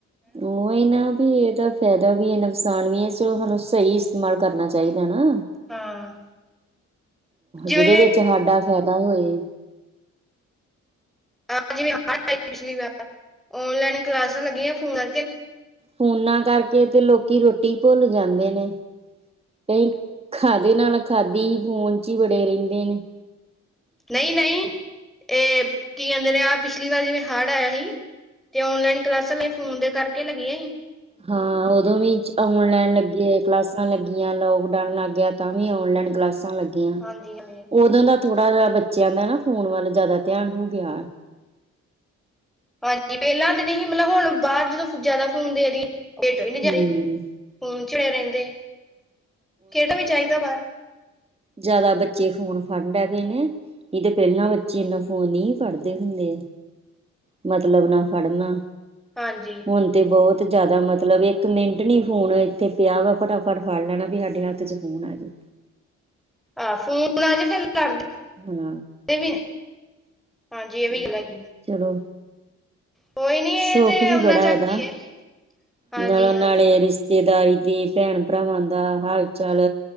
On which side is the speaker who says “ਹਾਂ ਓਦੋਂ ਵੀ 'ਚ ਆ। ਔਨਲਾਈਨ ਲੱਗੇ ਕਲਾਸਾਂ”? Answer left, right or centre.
Right